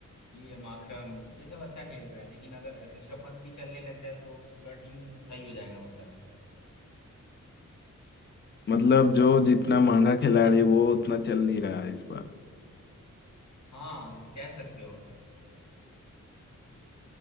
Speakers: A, on the left; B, on the left.
A: ये माकरम ये सब अच्छा खेल रहे हैं लेकिन अगर ऋषभ पंत भी चलने लग जाए तो पूरा टीम सही हो जाएगा मतलब
B: मतलब जो जितना महंगा खिलाड़ी वो उतना चल नहीं रहा है इस बार
A: हाँ कह सकते हो